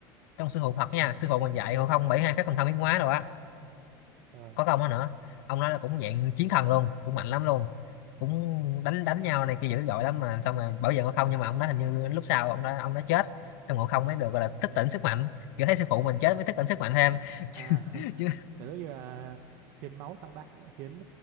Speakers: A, on the left; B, on the right.
A: cái ông sư phụ Phật nha
B: ừ.
A: sư phụ mình dạy Ngộ Không bảy hai phép thần thông biến hóa rồi á
B: rồi
A: có công đó nữa ông nói là cũng dạng chiến thần luôn cũng mạnh lắm luôn cũng đánh đánh nhau này kia dữ dội lắm mà xong rồi bảo vệ Ngộ Không nhưng mà ông đó hình như lúc sau ông đó ông đó chết xong Ngộ Không mới được gọi là thức tỉnh sức mạnh kiểu thấy sư phụ mình chết mới thức tỉnh sức mạnh thêm
B: à <laughs>
A: <laughs> chứ
B: kiểu giống như là hiến máu tăng đại hiến